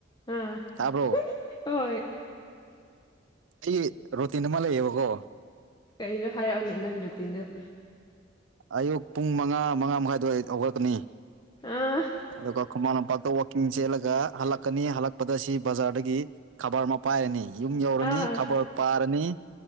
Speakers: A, on the left; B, on the right.
A: ꯑꯥ
B: ꯇꯥꯕ꯭ꯔꯣ
A: ꯍꯣꯏ
B: ꯑꯩ ꯔꯣꯇꯤꯟ ꯑꯃ ꯂꯩꯌꯦꯕꯀꯣ
A: ꯀꯩꯅꯩꯅ ꯍꯥꯏꯔꯅꯦꯅꯣ ꯏꯔ ꯇꯗꯨꯣ
B: ꯑꯌꯨꯛ ꯄꯨꯡ ꯃꯉꯥ ꯃꯉꯥ ꯃꯈꯥꯏꯗꯋꯥ ꯍꯧꯒꯠꯂꯛꯀꯅꯤ
A: ꯑꯥ
B: ꯑꯗꯨꯒ ꯈꯨꯃꯟ ꯂꯝꯄꯥꯛꯇ ꯋꯥꯋꯥꯛꯀꯤꯡ ꯆꯦꯜꯂꯒ ꯍꯜꯂꯛꯀꯅꯤ ꯍꯜꯂꯛꯄꯗ ꯁꯤ ꯕꯖꯥꯔꯗꯒꯤ ꯈꯕꯔ ꯑꯃ ꯄꯥꯏꯔꯅꯤ ꯌꯨꯝ ꯌꯧꯔꯅꯤ
A: ꯑꯥ
B: ꯈꯕꯔ ꯄꯥꯔꯅꯤ